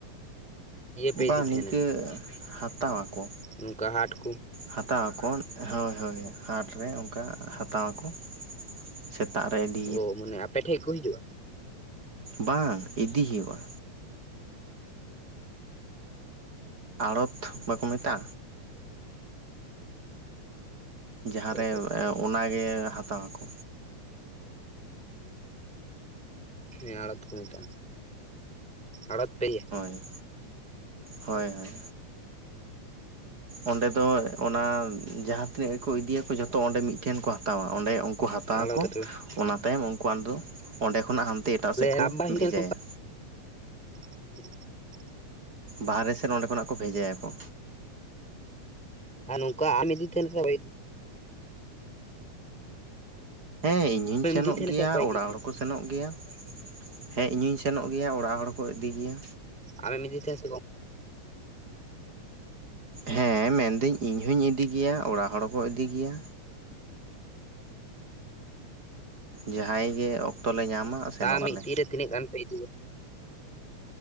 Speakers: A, in the centre; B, on the right.
A: ᱯᱮ
B: ᱵᱟᱝ
A: ᱤᱫᱤ
B: ᱤᱭᱟᱹ
A: ᱛᱟᱦᱮᱱᱟ
B: ᱱᱤᱝᱠᱟᱹ ᱦᱟᱛᱟ ᱣᱟᱠᱚ
A: ᱱᱚᱝᱠᱟ ᱦᱟᱴ ᱠᱚ
B: ᱦᱟᱛᱟ ᱣᱟᱠᱚ ᱦᱳᱭ ᱦᱳᱭ ᱦᱟᱴ ᱨᱮ ᱚᱝᱠᱟ ᱦᱟᱛᱟ ᱣᱟᱠᱚ ᱥᱮᱛᱟᱜ ᱨᱮ ᱤᱫᱤ
A: ᱳ ᱢᱟᱱᱮ ᱟᱯᱮ ᱴᱷᱮᱡ ᱠᱚ ᱦᱤᱡᱩᱜ-ᱟ
B: ᱵᱟᱝ ᱤᱫᱤ ᱦᱩᱭᱩᱜ-ᱟ ᱟᱲᱚᱛ ᱵᱟᱠᱚ ᱢᱮᱛᱟᱜ-ᱟ ᱡᱟᱦᱟᱸ
A: ᱚ
B: ᱨᱮ ᱚᱱᱟ ᱜᱮ ᱦᱟᱛᱟ ᱣᱟᱠᱚ,
A: ᱦᱮᱸ ᱟᱲᱚᱛ ᱠᱚ ᱢᱮᱛᱟᱜ-ᱟ ᱟᱲᱚᱛ ᱯᱮ ᱤᱭᱟᱹ
B: ᱦᱚᱭ ᱦᱚᱭ ᱦᱚᱭ ᱚᱸᱰᱮ ᱫᱚ ᱚᱱᱟ ᱡᱟᱦᱟᱸ ᱛᱤᱱᱟᱹᱜ ᱜᱮ ᱠᱚ ᱤᱫᱤᱭᱟ ᱠᱚ ᱡᱚᱛᱚ ᱚᱸᱰᱮ ᱢᱤᱫ ᱴᱷᱮᱱ ᱠᱚ ᱦᱟᱛᱟᱣᱟ ᱚᱸᱰᱮ ᱠᱚ ᱦᱟᱛᱟ ᱣᱟᱠᱚ
A: ᱟᱲᱚᱛ ᱨᱮ ᱛᱟᱦᱞᱮ
B: ᱚᱱᱟ ᱛᱟᱭᱚᱢ ᱩᱱᱠᱩ ᱟᱫᱚ ᱚᱸᱰᱮ ᱠᱷᱚᱱᱟᱜ ᱦᱟᱱᱛᱮ ᱮᱴᱟᱜ ᱥᱮᱜ
A: ᱞᱟᱵ
B: ᱠᱚ
A: ᱵᱟᱭ ᱦᱩᱭ
B: ᱵᱷᱮᱡᱟᱭᱟ
A: ᱞᱮᱱ ᱱᱚᱝᱠᱟ <inaudible>
B: ᱵᱟᱦᱨᱮ ᱥᱮᱫ ᱚᱸᱰᱮ ᱠᱷᱚᱱᱟᱜ ᱠᱚ ᱵᱷᱮᱡᱟᱭᱟ ᱠᱚ
A: ᱟᱨ ᱱᱚᱝᱠᱟ ᱟᱢ ᱤᱫᱤ ᱛᱟᱦᱮᱱ <inaudible>
B: ᱦᱮᱸ ᱤᱧ
A: ᱟᱢᱮᱢ
B: ᱦᱩᱧ ᱥᱮᱱᱚᱜ
A: ᱤᱫᱤ ᱛᱟᱦᱮᱱᱟ
B: ᱜᱮᱭᱟ
A: ᱥᱮ ᱚᱠᱚᱭ
B: ᱚᱲᱟᱜ
A: ᱤᱫᱤ ᱛᱟᱦᱮᱱᱟ
B: ᱦᱚᱲ ᱦᱚᱸ ᱠᱚ ᱥᱮᱱᱚᱜ ᱜᱮᱭᱟ ᱦᱮᱸ ᱤᱧ ᱦᱩᱸᱧ ᱥᱮᱱᱚᱜ ᱜᱮᱭᱟ ᱚᱲᱟᱜ ᱦᱚᱲ ᱠᱚ ᱤᱫᱤ ᱜᱮᱭᱟ
A: ᱟᱢ ᱮᱢ ᱤᱫᱤ ᱛᱟᱦᱮᱸᱜ ᱥᱮ ᱜᱚᱝ
B: ᱦᱮᱸ ᱢᱮᱱ ᱫᱤᱹᱧ ᱤᱧ ᱦᱚᱸᱧ ᱤᱫᱤ ᱜᱮᱭᱟ ᱚᱲᱟᱜ ᱦᱚᱲ ᱦᱚᱸ ᱠᱚ ᱤᱫᱤ ᱜᱮᱭᱟ ᱡᱟᱦᱟᱸᱭ ᱜᱮ ᱚᱠᱛᱚ ᱞᱮ ᱧᱟᱢᱟ ᱥᱮᱱᱚᱜ
A: ᱛᱟ ᱢᱤᱫ
B: ᱟᱞᱮ
A: ᱫᱤᱱ ᱨᱮ ᱛᱤᱱᱟᱹᱜ ᱜᱟᱱ ᱯᱮ ᱤᱫᱤᱭᱟ